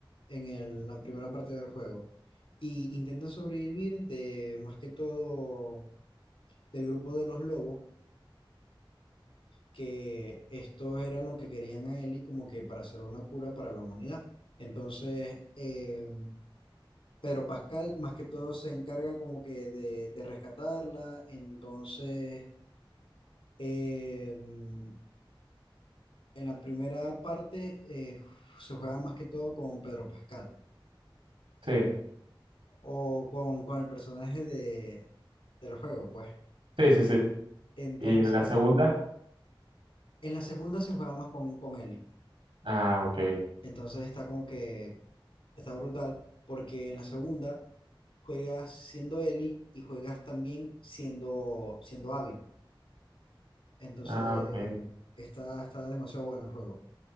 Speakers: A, on the left; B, on the right.
A: en el- la primera parte del juego y intentan sobrevivir de más que todo del grupo de los lobos, que estos eran lo que querían a Ellie como que para hacer una cura para la humanidad. Entonces, eh, Pedro Pascal más que todo se encarga como que de, de rescatarla. Entonces, eh, en la primera parte eh, se juega más que todo con Pedro Pascal
B: Sí,
A: o con, con el personaje de, del juego, pues.
B: sí, sí, sí.
A: Entonces,
B: Y en la segunda,
A: en la segunda se juega más con, con Ellie.
B: ah, ok,
A: Entonces está como que está brutal, porque en la segunda juegas siendo Ellie y juegas también siendo, siendo Abby. Entonces,
B: ah, ok.
A: está, está demasiado bueno el juego.